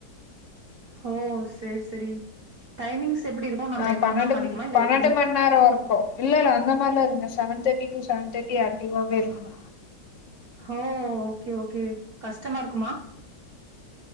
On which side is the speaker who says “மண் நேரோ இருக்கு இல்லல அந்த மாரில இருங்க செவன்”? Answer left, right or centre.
Left